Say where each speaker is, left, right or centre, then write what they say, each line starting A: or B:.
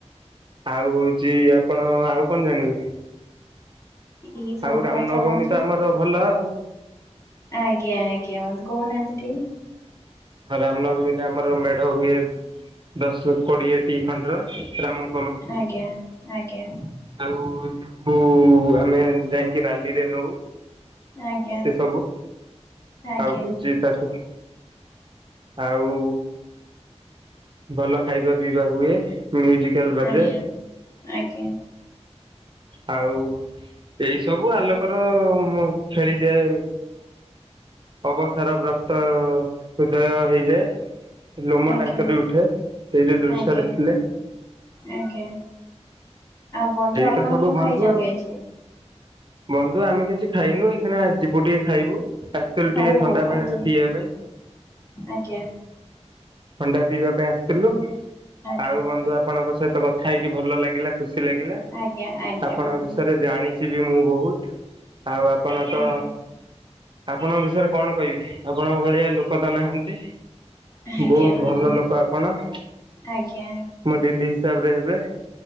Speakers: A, on the right; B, on the left.
A: ଆଉ ହଉଛି ଆପଣ ଆଉ କଣ ଜାଣିବେ।
B: ଏଇ ସବୁ
A: ଆଉ ରାମନବମୀ
B: କଥା ବନ୍ଧୁ
A: ତ ଆମର ଭଲ ଆଉ।
B: ଆଜ୍ଞା, ଆଜ୍ଞା ମତେ କହୁନାହାନ୍ତି ଟିକେ।
A: ହଁ ରାମନବମୀରେ ଆମର ମେଢ ହୁଏ ଦଶ କୋଡିଏଟି ଖଣ୍ଡ ର ରାମ।
B: ଆଜ୍ଞା ଆଜ୍ଞା।
A: ଆଉ ତାକୁ ଆମେ ଯାଇକି ରାଲିରେ ନଉ।
B: ଆଜ୍ଞା
A: ସେ ସବୁ
B: ଆଜ୍ଞା ଆଜ୍ଞା
A: ଆଉ ହୋଉଚି ଚାକୁ ଆଉ ଭଲ ଖାଇବା ପିଇବା ହୁଏ। ମ୍ୟୁଜିକାଲ ବାଜେ
B: ଆଜ୍ଞା ଆଜ୍ଞା।
A: ଆଉ ଏଇ ସବୁ ଆଲୋ ଙ୍କର ମୁଁ ଖେଳିଯାଏ ଅବସାର ପ୍ରାପ୍ତ ହୃଦୟ ହେଇଯାଏ। ଲୋମ
B: ଆଜ୍ଞା
A: ଟାଙ୍କୁରି ଉଠେ ସେଇ ଯୋଉ ଦୃଶ୍ୟ
B: ଆଜ୍ଞା
A: ଦେଖିଲେ।
B: ଆଜ୍ଞା, ଆଉ ବନ୍ଧୁ
A: ଏଇତ
B: ଆପଣ
A: ସବୁ
B: କଣ
A: ବନ୍ଧୁ
B: ଖାଇଛନ୍ତି
A: ଆଉ
B: ଆଜି?
A: ବନ୍ଧୁ ଆମେ କିଛି ଖାଇନୁ ଏଇଖିଣା ଯିବୁ ଟିକେ ଖାଇବୁ ଆସିଥିଲୁ
B: ହଉ
A: ଟିକେ
B: ହଉ
A: ଥଣ୍ଡା
B: ବନ୍ଧୁ
A: ପାଣି ପିଇବା ପାଇଁ
B: ଆଜ୍ଞା।
A: ଥଣ୍ଡା ପିଇବା ପାଇଁ ଆସିଥିଲୁ।
B: ଆଜ୍ଞା
A: ଆଉ ବନ୍ଧୁ ଆପଣଙ୍କ ସହିତ କଥା ହେଇକି ଭଲ ଲାଗିଲା ଖୁସି ଲାଗିଲା।
B: ଆଜ୍ଞା ଆଜ୍ଞା
A: ଆପଣଙ୍କ
B: ବନ୍ଧୁ
A: ବିଷୟରେ ଜାଣିଚି ବି ମୁଁ ବହୁତ ଆଉ ଆପଣ ତ
B: ଆଜ୍ଞା
A: ଆପଣଙ୍କ ବିଷୟରେ କଣ କହିବି ଆପଣଙ୍କ ଭଳିଆ ଲୋକ ତ ନାହାଁନ୍ତି।
B: ଆଜ୍ଞା
A: ବହୁତ ଭଲ
B: ବନ୍ଧୁ
A: ଲୋକ ଆପଣ ମୋ
B: ଆଜ୍ଞା
A: ଦିଦି ହିସାବରେ ହେବେ।